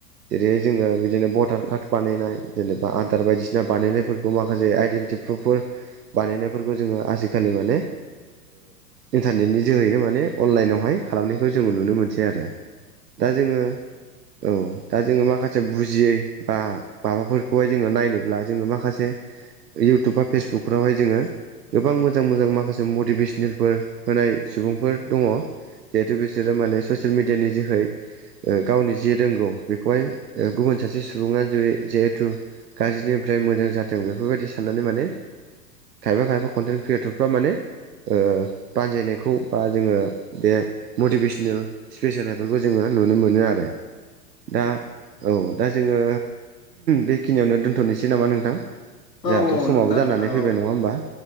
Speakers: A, on the right; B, on the left.
A: जेरैहाय जोङो बिदिनो भटार कार्ड बानायनाय जेनेबा आदार बायदिसिना बानायनायफोरखौ माखासे आइडेन्टि टि प्रुपफोर बानायनायफोरखौ जोङो आजिखालि माने इन्टारनेटनि जोहैनो माने अनलाइनावहाय खालामनायखौ जोङो नुनो मोनसै आरो दा जोङो औ दा जोङो माखासे बुजियै बा माबाफोरखौहाय जोङो नायनोब्ला जोङो माखासे इउटुब बा फेसबुकफोरावहाय जोङो गोबां मोजां मोजां माखासे मटिभेसनेलफोर होनाय सुबुंफोर दङ जिहेतु बिसोरो माने ससियेल मिडियानि जोहै गावनि जे रोंगौ बेखौहाय गुबुन सासे सुबुङा जेरै जिहेथु गाज्रिनि निफ्राय मोजां जाथों बेफोरबायदि साननानै माने खायफा खायफा कन्टेन्ट क्रियेटरफ्रा माने ओ बानजायनायखौ बा जोङो बे मटिभेसनेल स्पिस होनायफोरखौ जोङो नुनो मोनो आरो दा औ दा जोङो बे खिनियावनो दोन्थ'नोसै नामा नोंथां जोंहाथ'
B: औ
A: समाबो
B: नोंथां
A: जानानै
B: औ
A: फैबाय नङा होमबा?